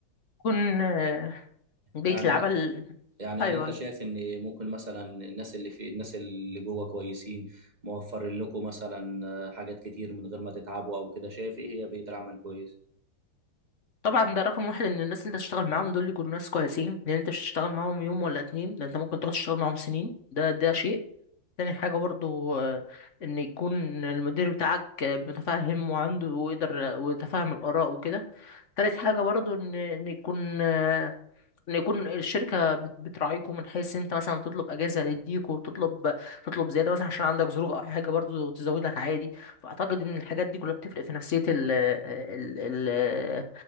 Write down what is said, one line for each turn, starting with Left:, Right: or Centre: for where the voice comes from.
Left: يكون آه، بيئه
Right: يعني
Left: العمل
Right: يعني
Left: ايوه
Right: هل انت
Left: ايوه
Right: شايف ان ممكن مثلا الناس اللي في الناس اللي جوه كويسين موفرين لكم مثلا حاجات كتير من غير ما تتعبوا او كده شايف ايه هي بيئة العمل كويس
Left: طبعا ده رقم واحد ان الناس اللي انت تشتغل معاهم دول يكونوا ناس كويسين لان انت مش هتشتغل معاهم يوم ولا اتنين ده انت ممكن تقعد تشتغل معاهم سنين ده ده شيء تاني حاجة برضو آه، إن يكون المدير بتاعك آه، متفهم وعنده ويقدر ويتفهم الآراء وكده تالت حاجة برضو إن إن يكون آه، إن يكون الشركة بت- بتراعيكم من حيث أنت مثلا تطلب أجازة يديكوا تطلب تطلب زيادة مثلا عشان عندك ظروف أو حاجة برضو تزودك عادي فأعتقد إن الحاجات دي كلها بتفرق في نفسية ال ال ال